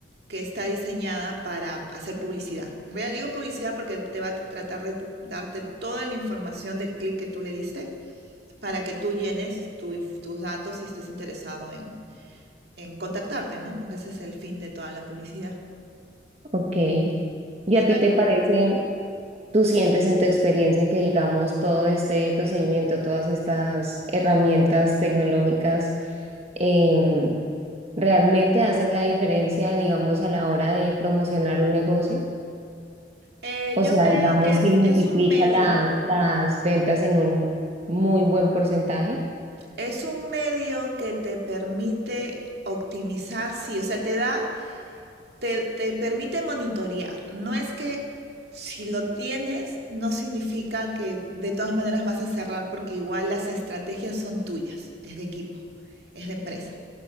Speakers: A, on the right; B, on the right.
A: que está diseñada para hacer publicidad. En realidad digo publicidad porque te va a tratar de darte toda la información del clic que tú le diste para que tú llenes tu tus datos si estés interesado en, en contactarte, ¿no? Porque ese es el fin de toda la publicidad.
B: ok. ¿Y
A: Y
B: a
A: tam-
B: ti te parece? tú sientes en tu experiencia que, digamos, todo este procedimiento, todas estas herramientas tecnológicas em, realmente hacen la diferencia, digamos, a la hora de promocionar un negocio?
A: eh,
B: O
A: yo
B: sea,
A: creo
B: digamos,
A: que es,
B: si multiplica
A: es un medio,
B: las, las ventas en un muy buen porcentaje.
A: es un medio que te permite optimizar, sí, o sea, te da te, te permite monitorear. No es que si lo tienes, no significa que de todas maneras vas a cerrar porque igual las estrategias son tuyas, es de equipo, es de empresa,